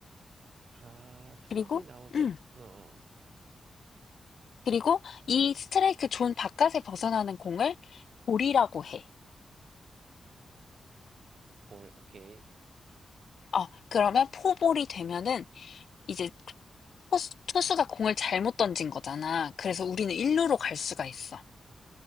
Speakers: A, on the right; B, on the left.
A: 아, 삼진
B: 그리고,
A: 아웃 세,
B: 음.
A: 어, 어.
B: 그리고 이 스트라이크 존 바깥에 벗어나는 공을 볼이라고 해.
A: 볼, 오케이.
B: 어, 그러면 포볼이 되면은 이제 포수- 투수가 공을 잘못 던진 거잖아. 그래서 우리는 일루로 갈 수가 있어.